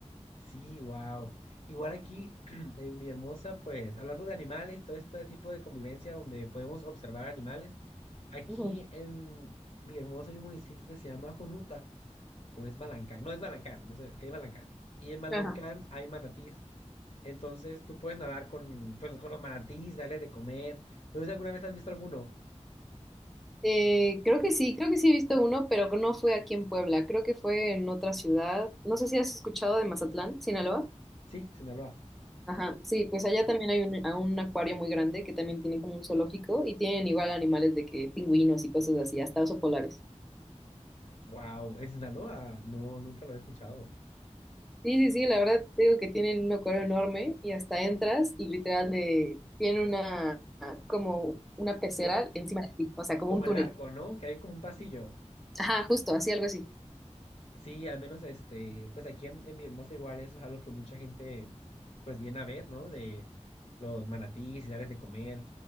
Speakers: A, on the left; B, in the centre.
A: Sí, wow. Igual aquí <clears throat> en Villahermosa, pues hablando de animales y todo este tipo de convivencia donde podemos observar animales, aquí
B: Ujú.
A: en Villahermosa hay un municipio que se llama Jonuta. O es Malancán. No, es Malancán. no Es Malancán. Y en Malancán
B: Ajá.
A: hay manatís. Entonces tú puedes nadar con, pues, con los manatís, darles de comer. No sé si alguna vez has visto alguno.
B: Eh, creo que sí, creo que sí he visto uno, pero no fue aquí en Puebla, creo que fue en otra ciudad. No sé si has escuchado de Mazatlán, Sinaloa.
A: Sí, Sinaloa.
B: Ajá, sí, pues allá también hay un, a un acuario muy grande que también tiene como un zoológico y tienen igual animales de que pingüinos y cosas así, hasta osos polares.
A: Wow, ¿es Sinaloa? No, nunca lo he escuchado.
B: Sí, sí, sí, la verdad te digo que tienen un acuario enorme y hasta entras y literal de, tiene una como una pecera
A: Como,
B: encima de ti, o sea, como
A: como
B: un túnel.
A: el arco, ¿no? Que hay como un pasillo.
B: Ajá, justo, así algo así.
A: Sí, al menos este, pues aquí en, en mi hermosa igual eso es algo que mucha gente pues viene a ver, ¿no? De los manatíes y darles de comer.